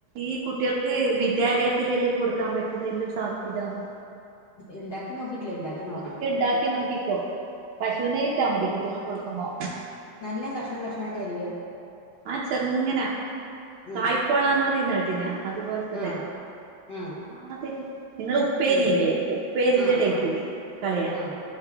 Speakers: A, on the right; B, on the left.
A: ഈ കുട്ടിയാൾക്ക് വിദ്യാലയത്തിലെല്ലും കൊടുക്കാൻ പറ്റുന്നലും സ ഇതാണ്
B: ഇണ്ടാക്കി നോക്കിട്ട് ല്ല ഇണ്ടാക്കി നോക്കണം
A: ഒരിക്കെ ഇണ്ടാക്കി നോക്കിക്കോ പശു നെയ്യിട്ടാ മതി കുട്ടികൾക്ക് കൊടുക്കുമ്പോ
B: നല്ലം കഷ്ണം കഷ്ണായിട്ട അരിയ
A: ആ ചെറുങ്ങന
B: ഉം
A: കായ്പോളാന്ന് പറയുന്നകേട്ടീനോ അതുപോലത്തെ
B: ആഹ്
A: തരത്തില്
B: ആഹ്
A: ചെറുമാതിരി നിങ്ങള് ഉപ്പേരില്ലേ
B: ഉം
A: ഉപ്പേരിന്റെ
B: ആഹ്
A: ടൈപ്പില്
B: ആഹ്
A: കളയാ
B: ആഹ്